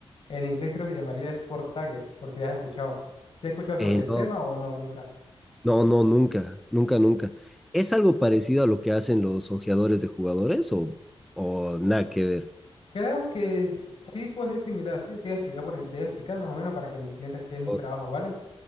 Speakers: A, on the left; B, in the centre.
A: En inglés creo que se llamaría Sport Tagger, por si has escuchado. ¿Si has escuchado sobre
B: eh,
A: el
B: no.
A: tema o no, nunca?
B: No, no, nunca, nunca, nunca. ¿Es algo parecido a lo que hacen los ojeadores de jugadores o, o nada que ver?
A: Creo que sí puede ser similar, sí, te voy a explicar, por, en- te voy a explicar más o menos para que me entiendas qué es mi
B: O-
A: trabajo, ¿vale?